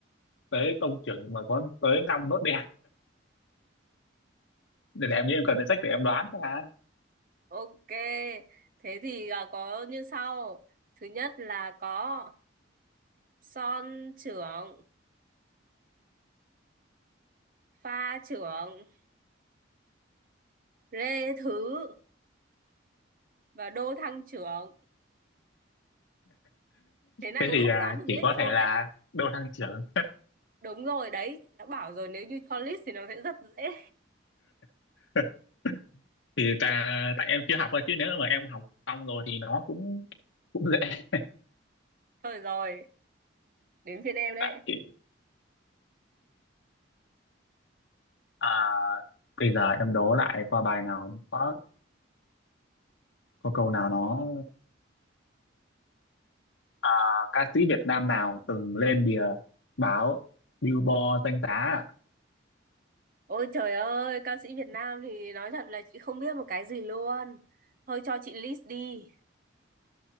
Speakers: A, on the left (about 75°); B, on the right (about 45°).
A: tới tông trưởng mà có tới năm nốt đen nên là em nghĩ em cần danh sách để em đoán ra
B: Ok, thế thì à, có như sau. Thứ nhất là có son trưởng, pha trưởng, rê thứ và đô thăng trưởng. Thế này
A: thế thì
B: không
A: ờ,
B: đoán được nữa
A: chỉ
B: thì
A: có
B: thôi
A: thể là
B: đấy.
A: đô thăng trưởng
B: Đúng rồi, đấy, đã bảo rồi nếu như cho list thì nó sẽ rất dễ.
A: <laughs> thì ta tại em chưa học thôi chứ nếu mà em học xong rồi thì nó cũng cũng dễ
B: Thôi rồi, đến phiên em đấy.
A: tại à, bây giờ em đố lại qua bài nào có có câu nào nó à, ca sĩ Việt Nam nào từng lên bìa báo Billboard danh giá ạ?
B: Ôi trời ơi, ca sĩ Việt Nam thì nói thật là chị không biết một cái gì luôn. Thôi cho chị list đi.